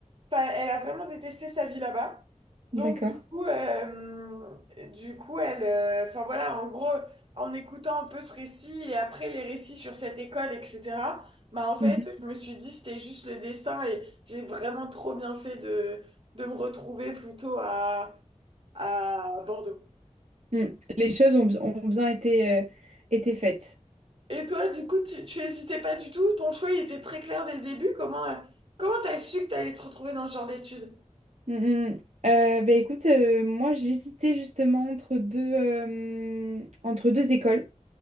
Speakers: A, on the right; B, on the right.
A: enfin, elle a vraiment détesté sa vie là-bas. Donc,
B: D'accord.
A: du coup, euh, du coup, elle, euh, enfin voilà, en gros, en écoutant un peu ce récit et après les récits sur cette école, etc., bah en fait,
B: Mhm.
A: je me suis dit, c'était juste le destin et j'ai vraiment trop bien fait de, de me retrouver plutôt à, à Bordeaux.
B: Mm. Les choses ont, bi- ont bien été, euh, été faites.
A: Et toi, du coup, tu, tu hésitais pas du tout? Ton choix, il était très clair dès le début. Comment, euh, comment t'as su que t'allais te retrouver dans ce genre d'études?
B: Mm, mm. Euh, bah, écoute, euh, moi j'hésitais justement entre deux, euh, entre deux écoles.